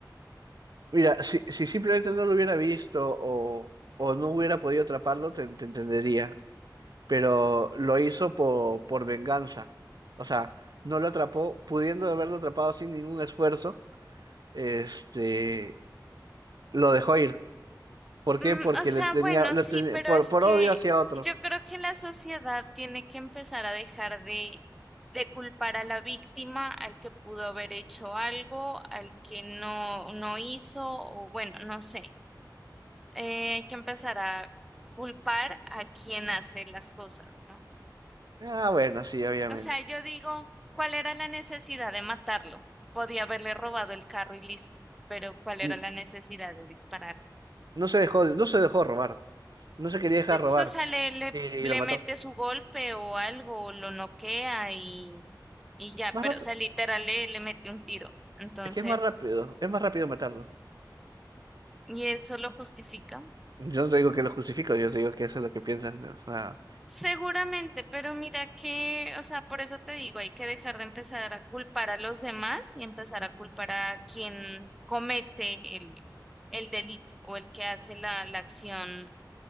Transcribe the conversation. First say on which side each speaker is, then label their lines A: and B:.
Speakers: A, on the right; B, in the centre.
A: Mira, si, si simplemente no lo hubiera visto o, o no hubiera podido atraparlo, te, te entendería. Pero lo hizo por, por venganza. O sea, no lo atrapó, pudiendo haberlo atrapado sin ningún esfuerzo, este, lo dejó ir. ¿Por
B: Mm,
A: qué? Porque
B: o sea,
A: le tenía,
B: bueno,
A: lo
B: sí,
A: tenía-
B: pero
A: por,
B: es
A: por
B: que
A: odio hacia otro.
B: yo creo que la sociedad tiene que empezar a dejar de, de culpar a la víctima, al que pudo haber hecho algo, al que no, no hizo, o bueno, no sé. Eh, hay que empezar a culpar a quien hace las cosas, ¿no?
A: Ah, bueno, sí, obviamente.
B: O sea, yo digo, ¿cuál era la necesidad de matarlo? Podía haberle robado el carro y listo, pero ¿cuál era
A: N-
B: la necesidad de dispararle?
A: No se dejó, no se dejó robar. No se quería dejar
B: Pues,
A: robar.
B: o sea, le, le,
A: Y,
B: le
A: lo mató.
B: mete su golpe o algo, lo noquea y, y ya,
A: Más
B: pero,
A: rápido.
B: o sea, literal le, le mete un tiro. Entonces,
A: Es que es más rápido. Es más rápido matarlo.
B: ¿y eso lo justifica?
A: Yo no te digo que lo justifico, yo te digo que eso es lo que piensan. O sea,
B: Seguramente, pero mira que, o sea, por eso te digo, hay que dejar de empezar a culpar a los demás y empezar a culpar a quien comete el, el delito o el que hace la, la acción